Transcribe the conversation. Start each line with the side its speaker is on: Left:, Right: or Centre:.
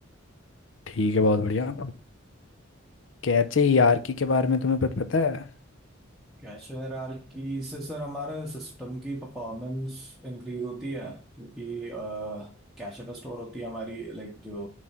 Left: ठीक है बहुत बढ़िया कैचे हीआरकी के बारे में तुम्हें कुछ पता है
Centre: कैश हायरार्की से सर हमारे सिस्टम की परफॉर्मेंस इंक्रीज होती है क्योंकि कैश पे स्टोर होती है हमारी लाइक जो